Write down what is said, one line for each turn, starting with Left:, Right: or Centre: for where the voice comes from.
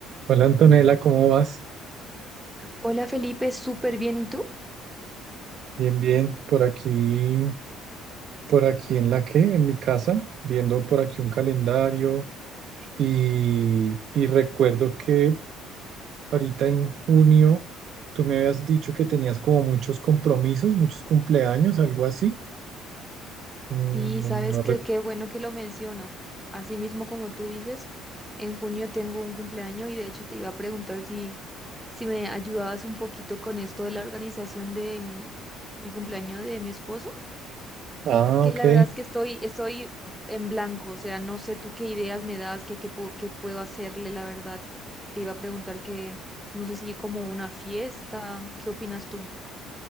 Right: Hola Antonella, ¿cómo vas?
Centre: Hola Felipe, súper bien. ¿Y tú?
Right: Bien, bien. Por aquí, por aquí en la que, en mi casa, viendo por aquí un calendario y, y recuerdo que ahorita en junio tú me habías dicho que tenías como muchos compromisos, muchos cumpleaños, algo así. Mm,
Centre: Sí,
Right: No,
Centre: sabes
Right: no
Centre: que
Right: rec-
Centre: qué bueno que lo mencionas. Así mismo como tú dices, en junio tengo un cumpleaños y de hecho te iba a preguntar si, si me ayudabas un poquito con esto de la organización de, mm, el cumpleaños de mi esposo.
Right: Ah,
Centre: Es que
Right: ok.
Centre: la verdad es que estoy, estoy en blanco, o sea, no sé tú qué ideas me das, qué, qué, puedo- qué puedo hacerle, la verdad. Te iba a preguntar que no sé si como una fiesta, ¿qué opinas tú?